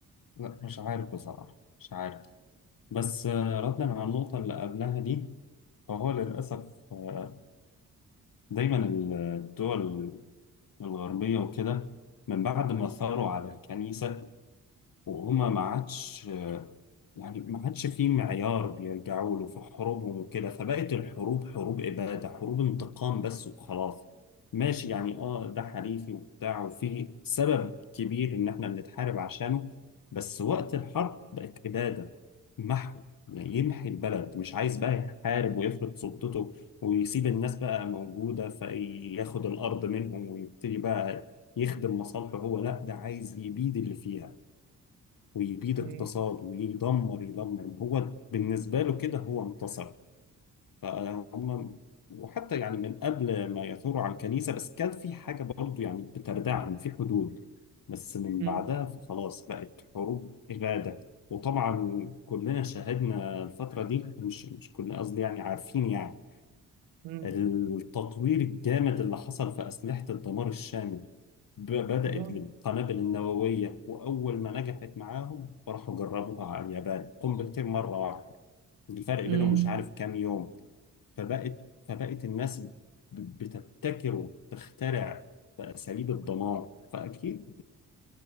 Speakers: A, on the left (about 55°); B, on the right (about 90°).
A: لا مش عارف بصراحة مش عارف بس آه، ردا على النقطة اللي قبلها دي فهو للأسف آه، دايما الدول الغربية وكده من بعد ما ثاروا على الكنيسة وهما ما عادش يعني ما عادش في معيار بيرجعوا له في حروبهم وكده فبقت الحروب حروب إبادة حروب انتقام بس وخلاص ماشي يعني اه ده حليفي وبتاع وفي سبب كبير ان احنا بنتحارب عشانه بس وقت الحرب بقت إبادة محو يعني يمحي البلد مش عايز بقى يحارب ويفرض سلطته ويسيب الناس بقى موجودة فياخد الأرض منهم ويبتدي بقى يخدم مصالحه هو لا ده عايز يبيد اللي فيها ويبيد
B: مم.
A: اقتصاد ويدمر يدمر هو بالنسبة له كده هو انتصر فهم وحتى يعني من قبل ما يثوروا على الكنيسة بس كان في حاجة برضو يعني بتردعهم في حدود بس من
B: مم.
A: بعدها فخلاص بقت حروب إبادة وطبعا كلنا شاهدنا الفترة دي مش مش كلنا قصدي يعني عارفين يعني
B: مم.
A: التطوير الجامد اللي حصل في أسلحة الدمار الشامل ب- بدأت
B: آه.
A: بالقنابل النووية وأول ما نجحت معاهم راحوا جربوها على اليابان قنبلتين مرة واحدة الفرق
B: مم.
A: بينهم مش عارف كام يوم فبقت فبقت الناس ب- بتبتكر وتخترع في أساليب الدمار فأكيد